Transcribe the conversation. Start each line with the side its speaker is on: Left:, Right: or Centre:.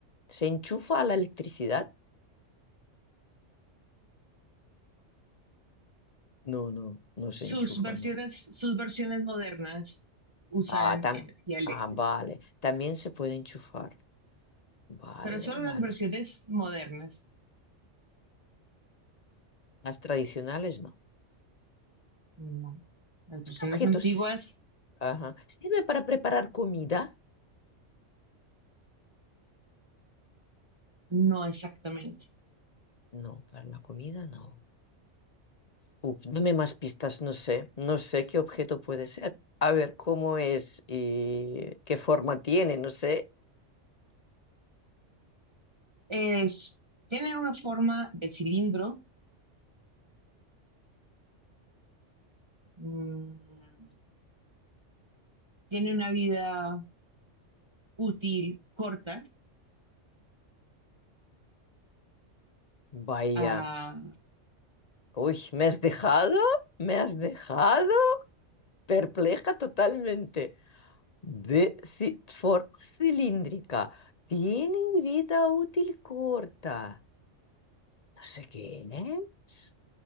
Left: se enchufa a la electricidad? No, no, no se
Right: Sus
Left: enchufa,
Right: versiones,
Left: no.
Right: sus versiones modernas usan
Left: Ah, tam
Right: energía eléctrica,
Left: ah, vale. También se puede enchufar. Vale,
Right: pero solo
Left: vale.
Right: las versiones modernas.
Left: Las tradicionales no.
Right: No, Las versiones
Left: ¿Este objeto
Right: antiguas,
Left: s- Ajá. sirve para preparar comida?
Right: no exactamente.
Left: No, para la comida no. Uf, dame más pistas, no sé, no sé qué objeto puede ser. A ver cómo es y qué forma tiene, no sé.
Right: Es, tiene una forma de cilindro, mm, tiene una vida útil corta,
Left: Vaya,
Right: ah,
Left: uy, ¿me has dejado? ¿Me has dejado? Perpleja totalmente. De ci- forma cilíndrica, tiene vida útil corta. No sé qué es,